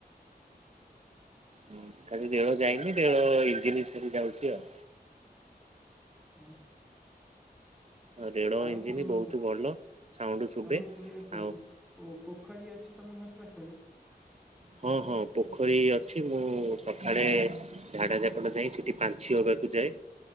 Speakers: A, on the right (about 40°); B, in the centre.
A: ହୁଁ କାଲି ରେଳ ଯାଇନି ରେଳ ଇଞ୍ଜିନ ଖାଲି ଯାଉଚି ଆଉ।
B: ହଁ।
A: ଆଉ। ରେଳ
B: ଆଉ
A: ଇଞ୍ଜିନ
B: ତମ
A: ବହୁତ ଭଲ ସାଉଣ୍ଡ ଶୁଭେ
B: ତମେ କେବେ ପୁଅକୁ
A: ଆଉ
B: ଓ ପୋଖରୀ ଅଛି ତମ ଘର ପାଖରେ?
A: ହଁ ହଁ ପୋଖରୀ ଅଛି ମୁଁ ସଖାଳେ ଝାଡ ଝପଟ ଯାଇ ସେଇଠି ପାଞ୍ଚି ହବାକୁ ଯାଏ।